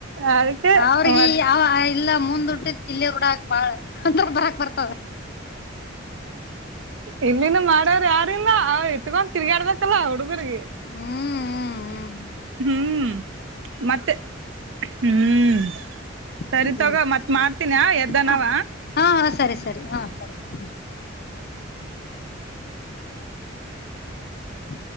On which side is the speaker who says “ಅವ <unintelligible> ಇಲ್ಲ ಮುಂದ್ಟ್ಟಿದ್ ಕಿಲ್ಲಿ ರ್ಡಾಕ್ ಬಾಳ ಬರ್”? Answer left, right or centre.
Left